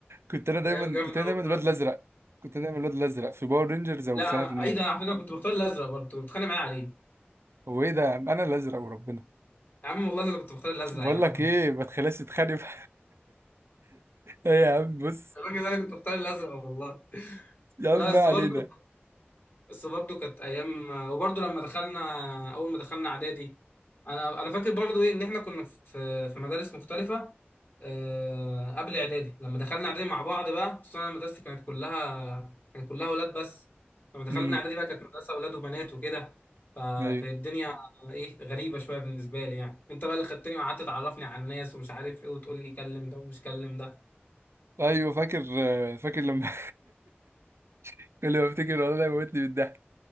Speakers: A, on the right; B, on the left.
A: كنت انا دايما
B: ايام جامده
A: كنت انا دايما
B: والله
A: الواد الازرق كنت انا دايما الواد الازرق في باور رينجرز او
B: لا
A: في سلاحف النينجا
B: اي ده على فكره كنت بختار الازرق برضه كنت بتخانق معايا عليه
A: هو ايه ده يا عم؟ انا الازرق وربنا
B: يا عم والله انا اللي كنت بختار الازرق
A: بقول
B: يا
A: لك
B: عم
A: ايه ما تخليهاش تتخانق <laughs> ايه يا عم بص
B: الراجل ده انا كنت بختار الازرق والله
A: يا عم
B: لا
A: ما
B: بس
A: علينا
B: برضه بس برضو كانت ايام وبرضو لما دخلنا اول ما دخلنا اعدادي انا انا فاكر برضو ايه ان احنا كنا في في مدارس مختلفه آه، قبل اعدادي لما دخلنا اعدادي مع بعض بقى بس انا مدرستي كانت كلها كان كلها اولاد بس لما دخلنا
A: امم
B: اعدادي بقى كانت مدرسه اولاد وبنات وكده فكانت
A: ايوه
B: الدنيا ايه غريبه شويه بالنسبه لي يعني انت بقى اللي خدتني وقعدت تعرفني على الناس ومش عارف ايه وتقول لي كلم ده ومش كلم ده
A: ايوه فاكر فاكر لما <laughs> كل ما افتكر والله موتني بالضحك